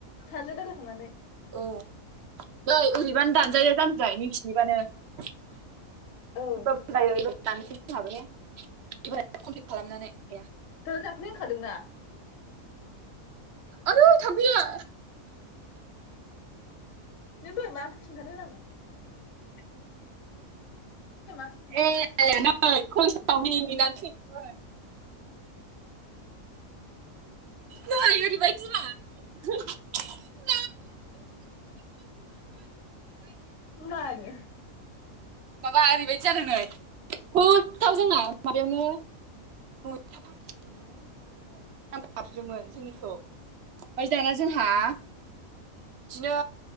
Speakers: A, on the left; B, on the right.
A: सानैजों रायलाय संनानै
B: औ नै ओरैबानो दानजायो जामबिलाय मिखिनिबानो सोरबाबो
A: औ
B: जायो एबार दानसै जोंहाबो ने एबारहाय कमफ्लिद खालामनानै एह
A: दालाय दाख्लै होनखादोंना
B: आदै थामफैया
A: नों दहाय मा ओंख्रि <unintelligible> खिन्थानो?
B: ए नै कलेज आव मिनिना थैनोसैमोन। नै ओरैबादिरा <unintelligible>
A: मानो
B: माबा ओरैबायदि जादों नै खस्थाव जोंना माबायावनो नयथा थाथियावनो माबादोंमोन नाम‌ गाबज्रिदोंमोन जोंनि खौ ओमफ्राय दाना जोंहा बिदिनो